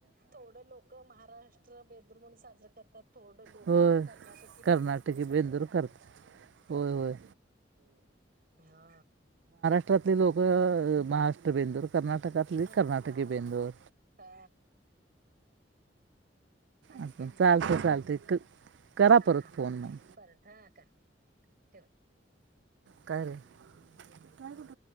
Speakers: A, on the right (about 55°); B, on the right (about 75°).
A: थोडं लोक महाराष्ट्र बेंदूर म्हणून साजरं करत तर थोडं लोक
B: होय
A: करनाटकी
B: कर्नाटकी
A: बेंदूर म्हणुन साजरं
B: बेंदूर
A: करतात. ते पण करतात
B: होय होय
A: हा
B: तर ती लोक महाराष्ट्र बेंदूर कर्नाटकातली
A: हा
B: कर्नाटकी
A: म हा
B: बेंदूर
A: हा आणि
B: असं
A: काय
B: चालते
A: निवांत.
B: चालते क करा
A: हा
B: परत
A: हा
B: फोन मग
A: परत हा करते. ठेव
B: काय रे काय कुठ